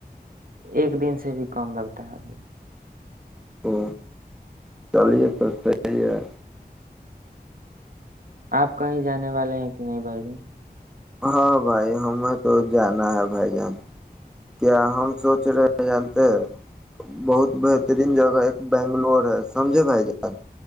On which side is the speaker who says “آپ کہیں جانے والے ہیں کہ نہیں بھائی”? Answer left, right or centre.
Right